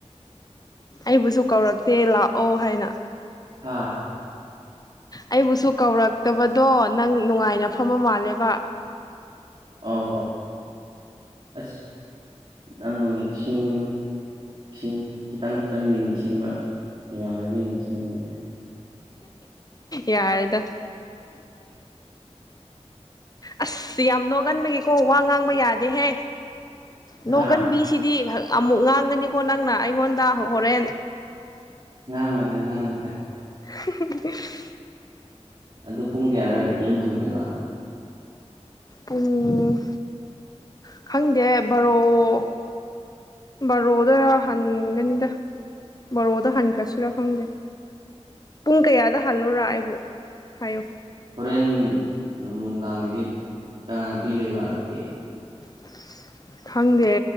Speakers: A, on the left (about 35°); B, on the right (about 50°).
A: ꯑꯩꯕꯨꯁꯨ ꯀꯧꯔꯛꯇꯦ ꯂꯥꯛꯑꯣ ꯍꯥꯏꯅ
B: ꯍꯥꯥ
A: ꯑꯩꯕꯨꯁꯨ ꯀꯧꯔꯛꯇꯕꯗꯣ ꯅꯪ ꯅꯨꯡꯉꯥꯏꯅ ꯐꯝꯕ ꯃꯥꯜꯂꯦꯕ
B: ꯑꯣ ꯑꯁ ꯅꯪꯕꯨ ꯅꯤꯡꯁꯤꯡ ꯏꯁꯤꯡ ꯈꯤꯇꯪ ꯈꯤꯇꯪꯗꯤ ꯅꯤꯡꯁꯤꯡꯕ ꯌꯥꯝꯅꯗꯤ <unintelligible>
A: ꯌꯥꯔꯦꯗ ꯑꯁ ꯌꯥꯝ ꯅꯣꯛꯒꯟꯕꯒꯤꯀꯣ ꯋꯥ ꯉꯥꯡꯕ ꯌꯥꯗꯦꯍꯦ ꯅꯣꯡꯒꯟꯕꯤꯁꯤꯗꯤ
B: ꯍꯥ
A: ꯑꯃꯨꯛ ꯉꯥꯡꯒꯅꯤꯀꯣ ꯅꯪꯅ ꯑꯩꯉꯣꯟꯗ ꯍꯣꯔꯦꯟ
B: ꯉꯉꯥꯡꯉꯣꯏꯗ ꯉꯉꯥꯡꯉꯣꯏꯗ
A: <unintelligible>
B: ꯑꯗꯨꯣ ꯄꯨꯡ ꯀꯌꯥꯗꯋꯥꯏ ꯌꯨꯝꯍꯟꯗꯣꯏꯕ
A: ꯎꯝ ꯈꯪꯗꯦ ꯕꯥꯔꯣ ꯫ ꯕꯥꯔꯣꯗꯔ ꯍꯟꯒꯅꯤꯗ ꯫ ꯕꯤꯔꯣꯗ ꯍꯟꯈ꯭ꯔꯁꯤꯔ ꯈꯪꯗꯦ ꯫ ꯄꯨꯡ ꯀꯌꯥꯗ ꯍꯜꯂꯣꯔ ꯑꯩꯕꯨ ꯍꯥꯏꯌꯣ ꯫
B: ꯍꯣꯔꯦꯟ ꯅꯨꯡ ꯅꯨꯡꯗꯥꯡꯒꯤꯗꯤ ꯀꯅꯥꯅ ꯄꯤꯗꯣꯏꯕ ꯑꯗꯨꯗꯤ ꯫
A: <inaudible> ꯈꯪꯗꯦ